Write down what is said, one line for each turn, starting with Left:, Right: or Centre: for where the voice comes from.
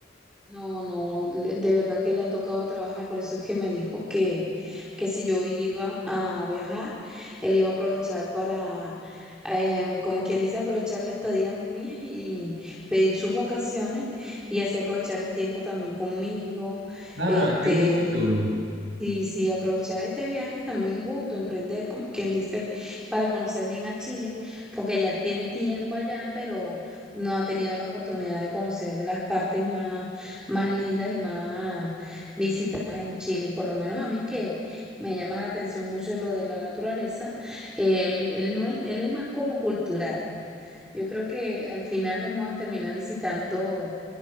Centre: No, no, le- de verdad que le ha tocado trabajar, por eso es que me dijo que, que si yo iba a viajar, él iba a aprovechar para, eh, como quien dice, aprovechar la estadía mía y pedir sus vacaciones y así aprovechar el tiempo también conmigo,
Right: Ah,
Centre: este,
Right: qué bonito.
Centre: Sí, sí, aprovechar este viaje también junto, emprender, como quien dice, para conocer bien a Chile, porque ya él tiene tiempo allá, pero no ha tenido la oportunidad de conocer las partes más, más lindas y más visitadas en Chile. Por lo menos a mí que me llama la atención mucho lo de la naturaleza, él, él no es, él es más como cultural. Yo creo que al final vamos a terminar visitando